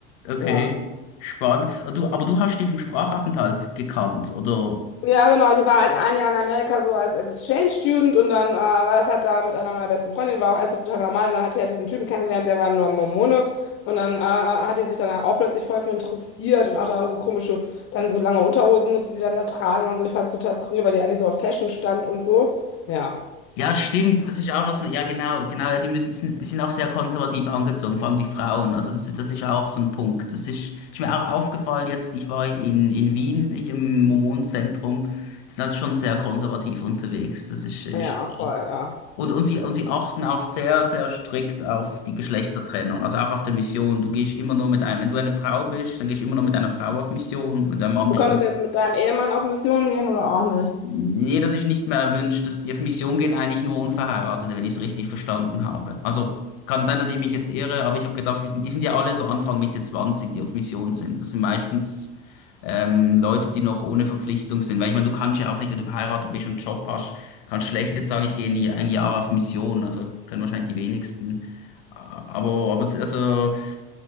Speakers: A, on the left (about 70°); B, on the left (about 45°).
A: Okay,
B: Ja.
A: spannend. Aber du, aber du hast die vom Sprachaufenthalt gekannt, oder?
B: Ja, genau. Ich war halt ein Jahr in Amerika so als Exchange Student und dann äh, war das halt da mit einer meiner besten Freundinnen, war auch erst total normal und dann hat die halt diesen Typen kennengelernt, der war nur Mormone und dann äh, äh, hat die sich dann auch plötzlich voll für interessiert und auch da so komische, dann so lange Unterhosen musste die dann da tragen und so. Ich fand es total skurril, weil die eigentlich so auf Fashion stand und so. Ja,
A: Ja, stimmt, das ist auch noch so, ja genau, genau, ja, die müssen, die sind, die sind auch sehr konservativ angezogen, vor allem die Frauen, also das ist, das ist auch so ein Punkt. Das ist, ist mir auch aufgefallen jetzt, ich war in, in Wien, ich im Mormonenzentrum, die sind halt schon sehr konservativ unterwegs, das ist, ist
B: ja, voll, ja.
A: und, und sie, und sie achten auch sehr, sehr strikt auf die Geschlechtertrennung, also auch auf der Mission. Du gehst immer nur mit einem, wenn du eine Frau bist, dann gehst du immer nur mit einer Frau auf Mission Wenn du ein Mann
B: Du
A: bist
B: könntest jetzt mit deinem Ehemann auf Mission gehen oder auch nicht.
A: Nee, das ist nicht mehr erwünscht. Das, die auf Mission gehen eigentlich nur Unverheiratete, wenn ich es richtig verstanden habe. Also kann sein, dass ich mich jetzt irre, aber ich habe gedacht, die sind, die sind ja alle so Anfang Mitte 20, die auf Mission sind. Das sind meistens ähm, Leute, die noch ohne Verpflichtung sind. Weil ich meine, du kannst ja auch nicht, wenn du verheiratet bist und einen Job hast, kannst schlecht jetzt sagen, ich gehe ein Jahr ein Jahr auf Mission. Also können wahrscheinlich die wenigsten. Aber, aber also